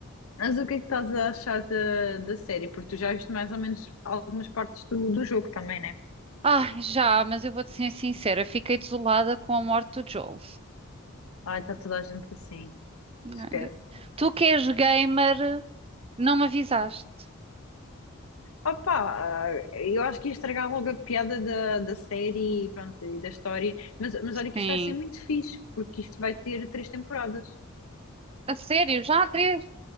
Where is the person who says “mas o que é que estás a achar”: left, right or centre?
Left